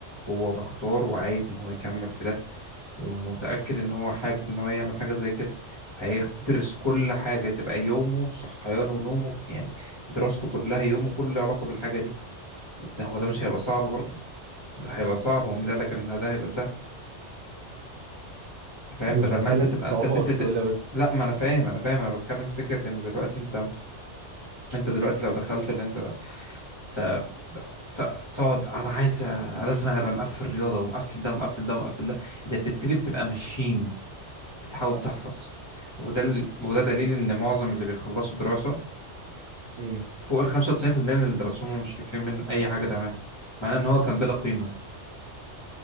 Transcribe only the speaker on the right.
مش
بتكلم
في الصعوبة
والسهولة
بس
اه
مم.